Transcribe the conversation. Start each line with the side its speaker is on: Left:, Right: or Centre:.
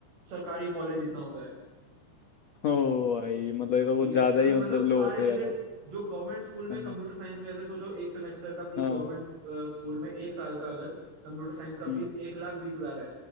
Right: सरकारी कॉलेज इतना हो जाए
Left: <laughs> ओ भाई मतलब ये तो कुछ
Right: ठीक है
Left: ज्यादा
Right: और
Left: ही
Right: मतलब
Left: मतलब लो
Right: सारे
Left: होते
Right: जैसे
Left: जा रहा है
Right: जो गवर्नमेंट स्कूल में
Left: हाँ
Right: कंप्यूटर साइंस में जैसे सोचो एक सेमेस्टर का फीस
Left: हाँ
Right: गवर्नमेंट स्कूल में एक साल का अगर कंप्यूटर साइंस का
Left: हम्म
Right: फीस एक लाख बीस हजार है